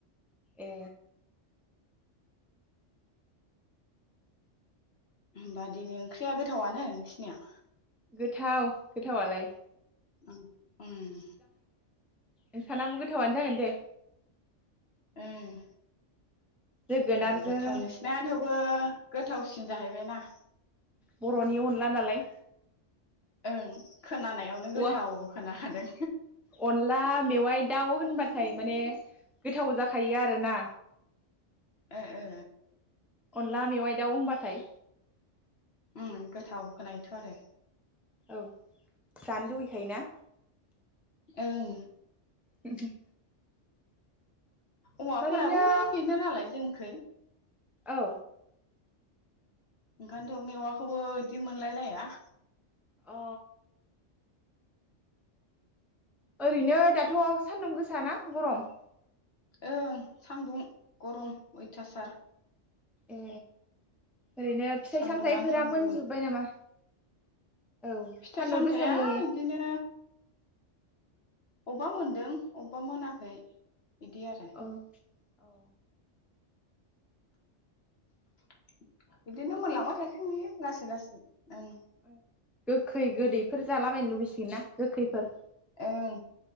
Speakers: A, in the centre; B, on the left (about 55°).
A: ए।
B: होमबा दिनै ओंख्रिया गोथावानो। नोंसोनिया।
A: गोथाव गोथावालाय।
B: उम उम।
A: नों सानाबो गोथावानो जागोन दे।
B: उम।
A: जोगोनारजों
B: जां गोथाव नोंसना थेवबो। गोथावसिन जाहैबाय ना।
A: बर'नि अनला नालाय
B: ओं खोनानायावनो
A: औवा
B: गोथाव खोनाखादों।
A: अनला मेवाइ दाउ होनबाथाय माने गोथाव जाखायो आरोना।
B: ओ ओ।
A: अनला मेवाइ दाउ होनबाथाय।
B: उम गोथाव खोनायोथ' आरो।
A: औ जानो लुुबैखायोना।
B: ओं।
A: बि
B: औवाफोराबो
A: ओरैनो
B: बेनो नालाय जोंखै।
A: औ।
B: ओंखायथ' मेवाखौबो बिदि मोनलायलाया।
A: अ। ओरैनो दाथ' सानदुं गोसाना गरम।
B: ओं सान्दुं गरम अयथासार।
A: ए। ओरैनो फिथाइ
B: सान्दुंआनो
A: सामथायाइफोरा
B: सान्दुं
A: मोनजोब्बाय नामा औ
B: फिथाइ
A: सानदुं
B: सामथाइया
A: गोसानि।
B: बिदिनो अबेबा मोनदों अबेबा मोनाखै। बिदि आरो
A: औ औ
B: <inaudible> बिदिनो मोनलांबाय थासो बि लासै लासै। ओं
A: ओं गोखै गोदै। बेफोर जालाबायनो लुबैसिगोन ना गोखैफोर।
B: ओं